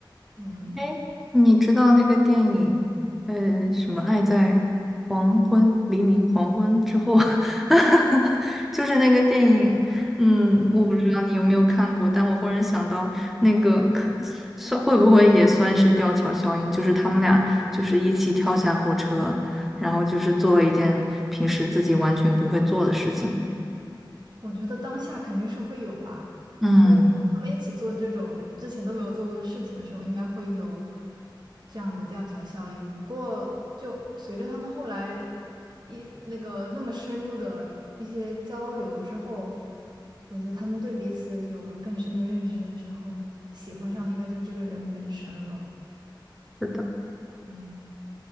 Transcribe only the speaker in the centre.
哎，你知道那个电影，呃，什么《爱在黄昏、黎明、黄昏之后》<laughs>，就是那个电影，嗯，我不知道你有没有看过，但我忽然想到，那个可算会不会也算是吊桥效应，就是他们俩就是一起跳下火车，然后就是做了一件平时自己完全不会做的事情。
嗯，
是的。